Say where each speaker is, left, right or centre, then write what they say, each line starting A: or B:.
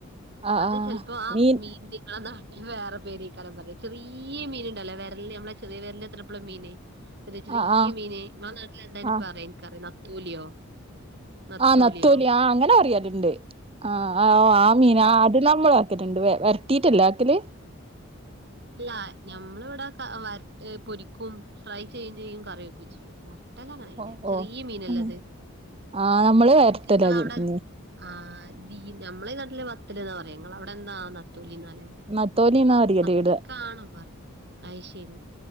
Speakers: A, on the right; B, on the right.
A: ആഹ്
B: അത്
A: ആഹ്
B: ചെലപ്പോ ആ
A: മീൻ
B: മീന്റെ അതാ വേറെ പേരെ കാരം പറയാ ചെറിയ മീൻ ഇണ്ടല്ലേ വരല് നമ്മളെ ചെറിയ വിരലിന്റെ അത്രെക്കൊള്ള മീന്. ചെറിയ ചെറിയ
A: ആഹ് ആഹ്
B: മീന് ങ്ങളെ നാട്ടില് എന്തായിന്
A: ആഹ്
B: പറയാ ഇനിക്കറില്ല നത്തോലിയോ നത്തോലിയോ?
A: ആഹ് നത്തോലി ആഹ് അങ്ങനെ പറയാല്ണ്ട് ആഹ് ആഹ് ആഹ് മീനാത് നമ്മള് കേട്ടിട്ടുണ്ട്, വരത്തീട്ടല്ലാക്കല്?
B: ഇല്ല ഞമ്മൾ ഇവിടെ വ വറത്തു പൊരിക്കും ഫ്രൈ ചെയ്യുവേം ചെയ്യും കറിവെക്കുവേം ചെയ്യും. എല്ലാ അങ്ങനെല്ല
A: ഓഹ്
B: ചെറിയ
A: ഓഹ്
B: മീനല്ലേത്
A: ഉം ആഹ് നമ്മള് വരട്ടലാ
B: ഇൻക്ക് നിങ്ങളവിടെ
A: ഉം
B: ആ ഇത് ഈ നമ്മളെ നാട്ടില് വത്തല്ന്നാ പറയാ നിങ്ങളവിടെ എന്താ നത്തോലിന്നാലെ?
A: നെത്തോലിന്ന പറയിവിടേം.
B: തി കാണോ പറയ, അയ് ശരി